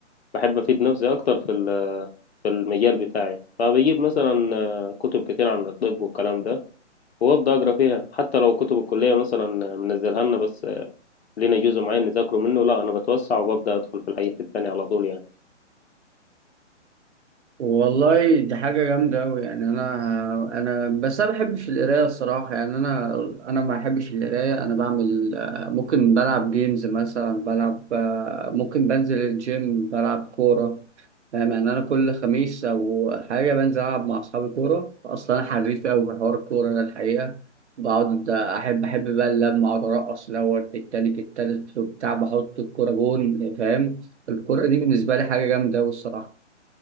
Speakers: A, on the left; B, on the right.
A: بحب افيد نفسي اكتر في ال- في المجال بتاعي فبجيب مثلا آه، كتب كتير عن الطب والكلام ده وابدا اقرا فيها حتى لو كتب الكليه مثلا منزلها لنا بس لينا جزء معين نذاكره منه لا انا بتوسع وببدا ادخل في الحاجات التانية على طول يعني
B: والله دي حاجة جامدة أوي يعني أنا أنا بس أنا ما بحبش القراية الصراحة يعني أنا أنا ما بحبش القراية أنا بعمل آه، ممكن بلعب جيمز مثلا بلعب آه، ممكن بنزل الجيم بلعب كورة فاهم يعني أنا كل خميس أو حاجة بنزل ألعب مع أصحابي كورة أصلا أنا حريف أوي في حوار الكورة ده الحقيقة بقعد أحب أحب بقى اللمة أقعد أرقص الأول في التاني في التالت في بتاع بحط الكورة جون فاهم الكورة دي بالنسبة لي حاجة جامدة أوي الصراحة.